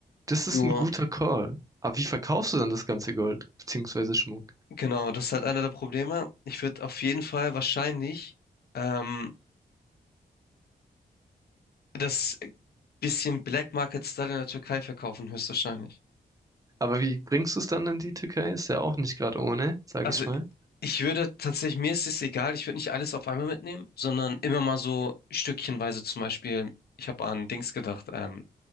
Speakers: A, on the right (about 20°); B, on the left (about 65°).
A: Das ist
B: Nur,
A: ein guter Call. Aber wie verkaufst du dann das ganze Gold, beziehungsweise Schmuck?
B: genau, das ist halt einer der Probleme. Ich würde auf jeden Fall wahrscheinlich ähm, das bisschen Black Market Style in der Türkei verkaufen, höchstwahrscheinlich.
A: Aber wie bringst du es dann in die Türkei? Ist ja auch nicht gerade ohne, sag
B: Also
A: ich mal.
B: ich würde tatsächlich, mir ist es egal, ich würde nicht alles auf einmal mitnehmen, sondern immer mal so stückchenweise zum Beispiel, ich habe an Dings gedacht, ähm,